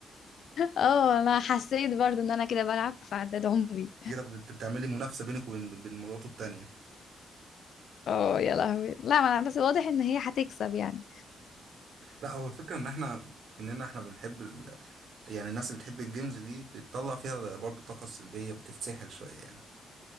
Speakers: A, on the left; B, on the right.
A: أوه أنا حسيت برضو أن أنا كده بلعب في عدد عمري
B: كده بت- بتعملي منافسه بينك وبين بين مراته التانيه
A: أوه يلا همير لا ملا بس واضح أن هي حتيكسب يعني
B: لا هو الفكره ان احنا كلنا احنا بنحب ال... يعني الناس اللي بتحب الجيمز دي بتطلع فيها برضو طاقه سلبيه بتتسحل شويه يعني